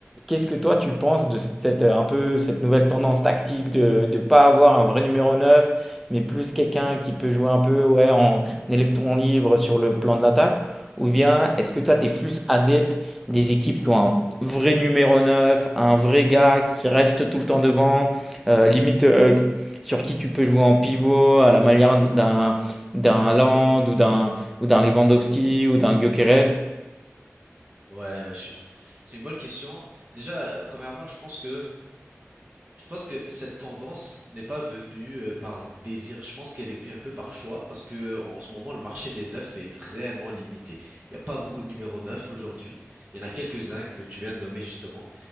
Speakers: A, in the centre; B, on the right (about 30°).
A: Qu'est-ce que toi tu penses de cette, euh, un peu, cette nouvelle tendance tactique de ne pas avoir un vrai numéro 9 mais plus quelqu'un qui peut jouer un peu ouais, en électron libre sur le plan de l'attaque? Ou bien est-ce que toi tu es plus adepte des équipes qui ont un vrai numéro 9 un vrai gars qui reste tout le temps devant, euh, limite euh, sur qui tu peux jouer en pivot à la manière d'un d'un Haaland ou d'un ou d'un Lewandowski ou d'un Gyökeres.
B: Ouais, ouais, je- c'est une bonne question. Déjà, euh, premièrement, je pense que Je pense que cette tendance n'est pas venue euh, par désir. Je pense qu'elle est venue un peu par choix parce que en ce moment, le marché des neufs est vraiment limité. Il n'y a pas beaucoup de numéros neufs aujourd'hui. Il y en a quelques-uns que tu viens de nommer justement.